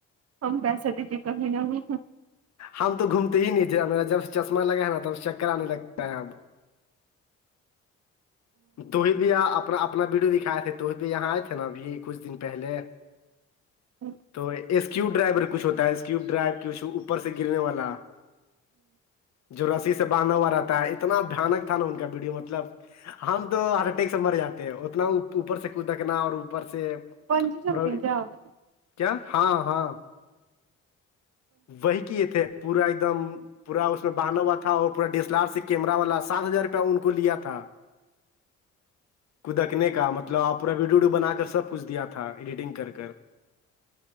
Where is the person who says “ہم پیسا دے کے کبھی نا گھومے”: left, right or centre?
Right